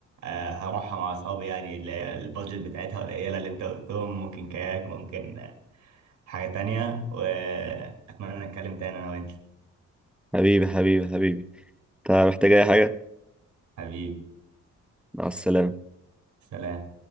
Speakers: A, on the right; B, in the centre.
A: آه، هروحها مع أصحابي يعني اللي هي البادجت بتاعتها قليلة اللي أنت قلتهم ممكن كاياك ممكن آه، حاجة تانية وأتمنى نتكلم تاني أنا وأنت
B: حبيبي حبيبي حبيبي انت محتاج أي حاجة؟
A: حبيبي
B: مع السلامة
A: سلام